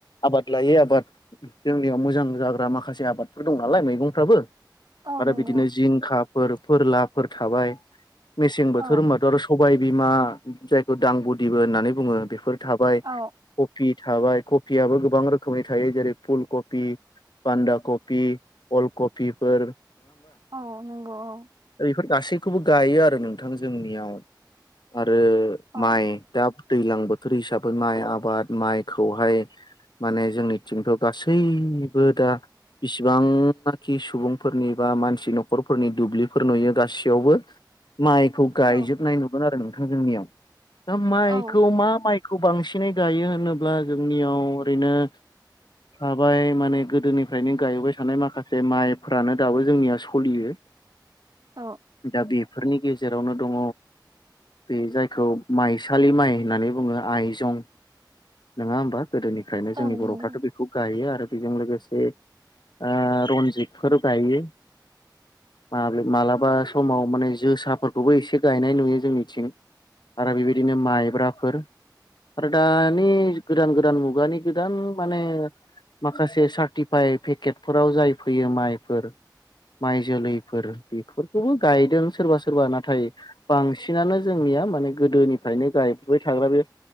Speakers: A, on the left; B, on the right.
A: आबाद लायै आबाद जोंनियाव मोजां जाग्रा माखासे आबादफोर दं नालाय मैगंफ्राबो
B: औ
A: आरो
B: नंगौ
A: बिदिनो जिंखाफोर फोरलाफोर थाबाय मेसें
B: औ
A: बोथोर होनबाथ' आरो सब सबाय बिमा जायखौ दां बुदिबो होननानै बुङो बेफोर थाबाय
B: औ
A: कफि थाबाय कफियाबो गोबां रोखोमनि थायो जेरै फुल कफि बान्दा कपि अल कपिफोर
B: औ नंगौ औ
A: दा बेफोर गासैखौबो गायो आरो नोंथां जोंनियाव आरो आरो
B: औ
A: माइ दा दैज्लां बोथोर हिसाबै माइ आबाद माइखौहाय माने जोंनिथिंथ' गासैबो दा बिसिबांनाखि सुबुंफोरनि बा मानसि न'खर फोरनि दुब्लिफोर नुयो गासैयावबो माइखौ गायजोबनाय
B: औ
A: नुगोन आरो जोंनियाव दा माइखौ
B: औ
A: मा माइखौ बांसिन सिनै गायो होनोब्ला जोंनियाव ओरैनो थाबाय माने गोदोनिफ्रायनो गायबाय थानाय माखासे माइफ्रानो दाबो जोंनिया सलियो
B: औ
A: दा बेफोरनि गेजेरावनो दङ बे जायखौ माइसालि माइ होननानै बुङो आइजं नङा होमबा गोदोनिफ्रायनो
B: औ
A: जोंनि
B: नंगौ
A: बर'फ्राथ' बेखौ गायो आरो बेजों लोगोसे ओह रन्जितफोर गायो माबे माब्लाबा समाव माने जोसाफोरखौबो एसे गायनाय नुयो जोंनिथिं आरो बेबायदिनो माइब्राफोर आरो दानि गोदान गोदान मुगानि गोदान माने माखासे सार्टिफाइ पेकेटफोराव जाय फैयो माइफोर माइ जोलैफोर बेफोरखौबो गायदों सोरबा सोरबा नाथाय बांसिनानो जोंनिया माने गोदोनिफ्रायनो गायबोबाय थाग्रा बे